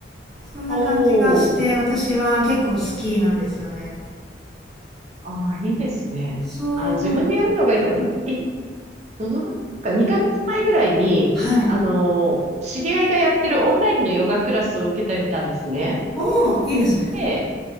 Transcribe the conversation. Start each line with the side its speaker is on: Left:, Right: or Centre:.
Centre: そんな感じがして私は結構好きなんですよね
Right: おー。ああ、いいですね。
Centre: そう
Right: あ、自分でやるのがいいかも。えどのぐらいか、2ヶ月前ぐらいに、
Centre: はい
Right: あのー知り合いがやってるオンラインのヨガクラスを受けてみたんですね。
Centre: おお、いいですね。
Right: で、